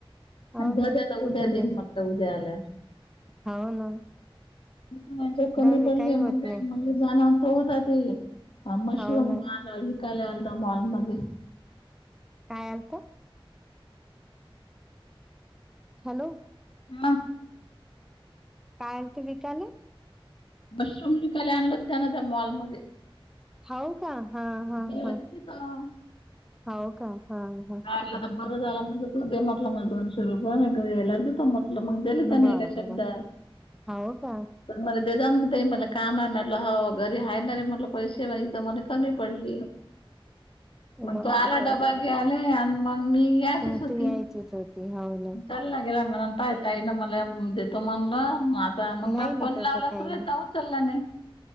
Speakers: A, in the centre; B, on the left.
A: हो
B: आणि दर
A: ना
B: आता
A: तू
B: उद्या
A: तर
B: देईन
A: देत,
B: म्हटलं उद्या आल्यावर
A: हाव ना.
B: तो म्हणलो कमी
A: जाऊ दे
B: पडली
A: काही होत
B: मग
A: नाही
B: काय म्हण जाणार तर होता ते हा मशरूम
A: हाव ना
B: माल विकाय आलता मॉल मध्ये.
A: काय आलत? हॅलो.
B: हा.
A: काय आलते विकायले?
B: मशरूम विकायला आणलं होत त्यान त्या मॉलमध्ये.
A: हाव का, हा हा
B: मी होते
A: हा.
B: तिथं.
A: हाव का, हा हा.
B: बर झाला म्हणलं तु दे म म्हटलं म दोनशे रुपये, मग घरी आल्यावर देतो मग. आपल मग, दिले
A: बरं
B: त्याने एका शब्दात.
A: बरं हाव का
B: प म दे जा ते म्हणे काम आहे म्हटलं हो घरी हाय णारे म्हटलं पैसे. इथं मले कमी पडले.
A: बरं
B: मग तो आला
A: बरं
B: डबा घ्याले मग मी यायचीच
A: तर
B: होती.
A: तू यायचीच होती हाव ना
B: चालला गेला म्ह पाहा काही ना मला, देतो म्हणलं मा मग
A: नाही
B: म्या
A: नाही
B: फोन
A: तसं
B: लावला
A: काही
B: तू
A: नाही
B: उचलला नाही.